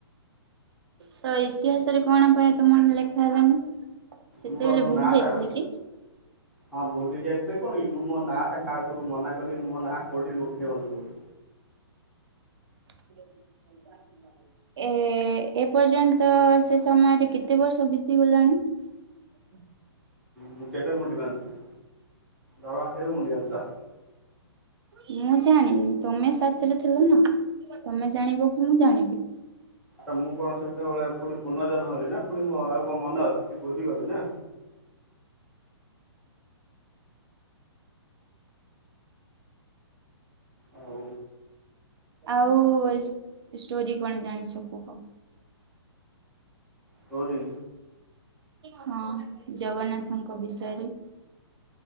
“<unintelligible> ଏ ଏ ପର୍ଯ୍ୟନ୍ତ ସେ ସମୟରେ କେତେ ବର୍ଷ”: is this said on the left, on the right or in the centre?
Right